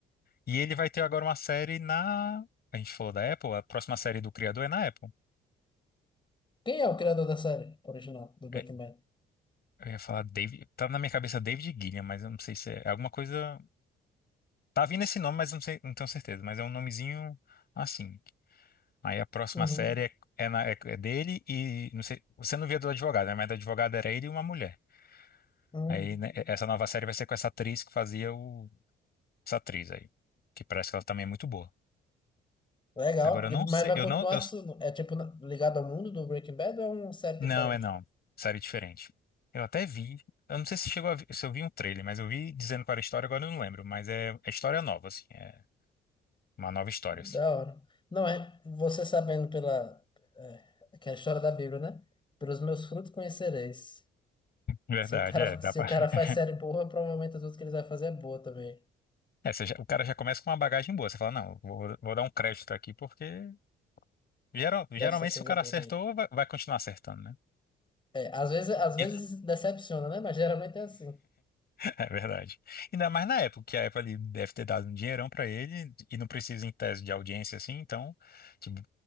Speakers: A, on the left; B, on the left.
A: E ele vai ter agora uma série na. A gente falou da Apple, a próxima série do criador é na Apple.
B: Quem é o criador da série original do Breaking
A: É,
B: Bad?
A: Eu ia falar David. tá na minha cabeça David Gilliam, mas eu não sei se é é alguma coisa. Tá vindo esse nome, mas eu não sei, não tenho certeza. Mas é um nomezinho assim. Aí a próxima
B: Uhum.
A: série é, é, na- é- é dele e não sei. Você não via do advogado, né? Mas do advogado era ele e uma mulher.
B: Hum.
A: Aí né, é, essa nova série vai ser com essa atriz que fazia o. Essa atriz aí. Que parece que ela também é muito boa.
B: Legal.
A: Agora eu
B: E,
A: não
B: mas
A: sei.
B: vai
A: Eu
B: continuar
A: não. Eu
B: su- é tipo na- ligado ao mundo do Breaking Bad ou é uma série diferente?
A: Não, é não. Série diferente. Eu até vi. Eu não sei se chegou a ver- se eu vi um trailer, mas eu vi dizendo qual era a história, agora eu não lembro. Mas é, é história nova, assim. É uma nova história,
B: Da
A: assim.
B: hora. Não é, você sabendo pela é, aquela história da Bíblia, né? Pelos meus frutos conhecereis.
A: Verdade,
B: Se o cara,
A: é. Dá
B: se
A: pra...
B: o cara
A: <laughs>
B: faz série boa, provavelmente as outras que ele vai fazer é boa também.
A: É, você já- o cara já começa com uma bagagem boa. Você fala, não, vou, vou dar um crédito aqui, porque geral- geralmente
B: Deve ser coisa
A: se o cara
B: boa
A: acertou,
B: daí.
A: vai, vai continuar acertando, né?
B: É, às vezes, às vezes
A: <laughs>
B: decepciona, né? Mas geralmente é assim.
A: É verdade. Ainda mais na época, que a Apple ali deve ter dado um dinheirão pra ele e não precisa em tese de audiência assim, então, tipo,